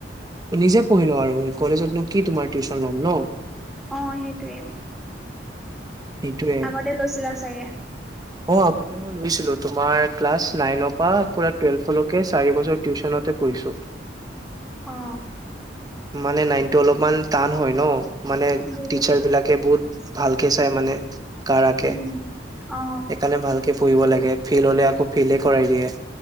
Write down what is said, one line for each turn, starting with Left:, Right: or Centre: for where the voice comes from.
Right: নিজে পঢ়িলো আৰু কলেজতনো কি তোমাৰ টিউশ্যন ল'ম ন
Centre: অ সেইটোৱে
Right: সেইটোয়ে
Centre: আগতে লৈছিলা চাগে
Right: অ আগতে মই লৈছিলা তোমাৰ ক্লাছ নাইনপা পুৰা টুয়েলভলৈকে চাৰি বছৰ টিউশ্যনতে কৰিছো
Centre: অ
Right: মানে নাইনটো অলপমান টান হয় ন মানে
Centre: বহুত
Right: টিচাৰ বিলাকে, বহুত ভালকে চাই মানে কাৰাকে
Centre: উম অ
Right: সেইকাৰণে ভালকে পঢ়িব লাগে। ফেইল হ'লে, আকৌ ফেলে কৰাই দিয়ে।